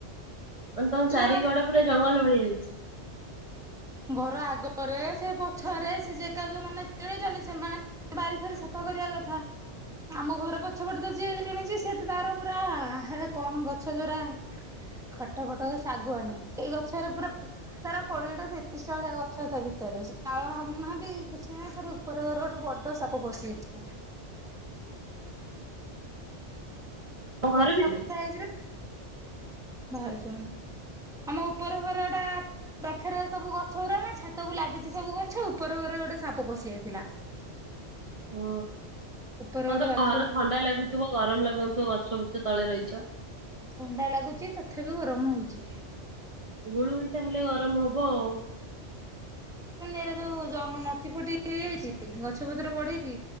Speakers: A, on the right (about 30°); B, in the centre.
A: ମାନେ ତମ
B: ପିଗୁଣା
A: ଚାରିକଡ ପୁରା ଜଙ୍ଗଲ ଭଳିଆ ହେଇଚି।
B: ଘର ଆଗରେ ସେ ପଛରେ, ସେ ଜାଗା ଯୋଉମାନେ କିଣିଛନ୍ତି ସେମାନେ ବାରି ଫାରି ସଫା କରିବା କଥା ଆମ ଘର ପଛପଟେ ତ ଯିଏ କିଣିଛି ସେ ତ ତାର ପୁରା ହେରା କଣ ଗଛ ଯଉରା ଖଟ ଫଟ ହୁଏ ସେ ଆଗୁଆନୀ। ଏଇ ଗଛରେ ପୁରା-ପୁ ତାର କୋଡିଏଟା ତିରିଶଟା ବଳିଆ ଗଛ ତା ଭିତରେ ସେ ତାଳ ହାନଣୁନାହାନ୍ତି କିଛି ନାହିଁ ତାର ଉପରକରେ ଗୋଟେ ବଡ ସାପ ପଶିଯାଇଥିଲା।
A: ତମ ଘର
B: ବର୍ଷା
A: ଭିତରେ
B: ଫର୍ଷା ହେଇଚିନା ବାହାରୁଚୁ ଆମେ ଆମ ଉପର ଘରଟା ପାଖରେ ସବୁ ଗଛ ଗୁରା ନା ଛାତକୁ ଲାଗିଛି ସବୁ ଗଛ ଉପର ଘରେ ଗୋଟେ ସାପ ପଶି ଯାଇଥିଲା।
A: ହଁ
B: ଉପର
A: ତମରତ
B: ବାଥରୁମ
A: ଘର ଥଣ୍ଡା ଲାଗୁଥିବ ଗରମ ଲାଗୁନଥିବ ଛବୃଛ ତଳେ ରହିଚ
B: ଥଣ୍ଡା ଲାଗୁଚି ତଥାବି ଗରମ ହଉଚି।
A: ଗୁଳୁ ଗୁଳି ଟା ହେଲେ ଗରମ ହବ ଆଉ।
B: ଏ ଯୋଉ ନଟି ଫଟି ହେଇଯାଇଛି ଗଛ ପତ୍ର ବଢିକି